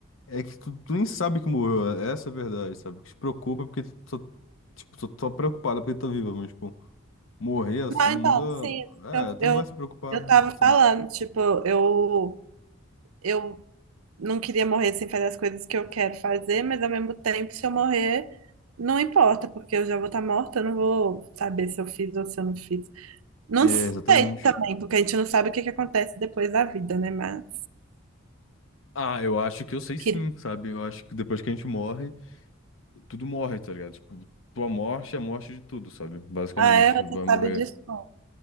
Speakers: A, on the left; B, on the right.
A: é que tu, tu nem sabe que morreu, essa é a verdade, sabe? O que te preocupa é porque tu tô, tipo, tô, tô preocupado porque tô viva, mas, tipo. Morrer assim
B: Não,
A: não
B: então,
A: muda.
B: sim, eu,
A: É, tu
B: eu,
A: não vai se preocupar,
B: eu tava
A: sabe?
B: falando, tipo, eu, eu não queria morrer sem fazer as coisas que eu quero fazer, mas ao mesmo tempo, se eu morrer, não importa, porque eu já vou estar morta, eu não vou saber se eu fiz ou se eu não fiz. Não
A: É,
B: sei
A: exatamente.
B: também, porque a gente não sabe o que que acontece depois da vida, né? Mas.
A: Ah, eu acho que eu sei sim,
B: queria-
A: sabe? Eu acho que depois que a gente morre, tudo morre, tá ligado? Tipo, tua morte é a morte de tudo, sabe? Basicamente,
B: Ah, é, você
A: vai
B: sabe
A: morrer.
B: disso. como?